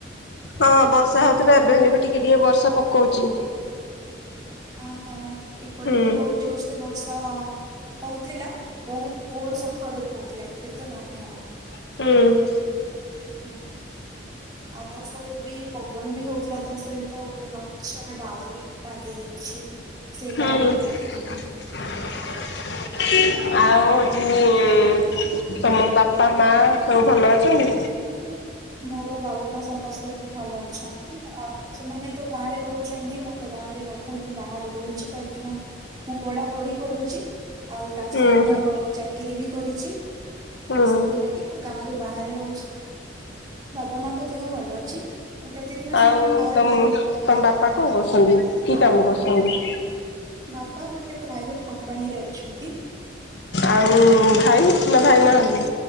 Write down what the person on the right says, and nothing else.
ଅହୋ ଏପଟେ
ବି ବହୁତ ଜୋର ସେ ବର୍ଷା ହଉଥିଲା ବହୁତ ଭୋର ସକାଳୁ ହଉଥିଲା ଏବେ ତ ନାହିଁ ଆଉ।
ହୁଁ ଆ ବର୍ଷାରେ ବି ପବନ ବି ହଉଥିଲା ତା ସହିତ ଗୋଟେ ଗଛ ଡାଳ ବି ଭାଙ୍ଗି ଯାଇଛି ସେଇଟା
ଆ ମୁ ଦେଖୁଥିଲି।
ମୋର ବାବା ମା ସମସ୍ତେ ବହୁତ ଭଲ ଅଛନ୍ତି ଆଉ ସେମାନେ ତ ଗାଁରେ ରହୁଛନ୍ତି ମୁଁ ତ ଗାଁରେ ରହୁ ନି ବାହାରେ ରହୁଛି କାହିଁକି ନା ମୁଁ ପଢା ପଢି କରୁଛି। ଆଉ ତା
ସହିତ
ଚାକିରୀ ବି କରିଛି ତ
ସେଥିଲାଗି ମୁଁ ଗାଁ ରୁ ବାହାରେ ରହୁଛି। ବାବା ମାଙ୍କ ଦେହ ଭଲ ଅଛି ମୁଁ ପ୍ରତିଦିନ
ସେମାନଙ୍କୁ କଲ୍
କରେ।
ବାବା ଗୋଟେ ପ୍ରାଇଭେଟ କମ୍ପାନୀରେ ଅଛନ୍ତି।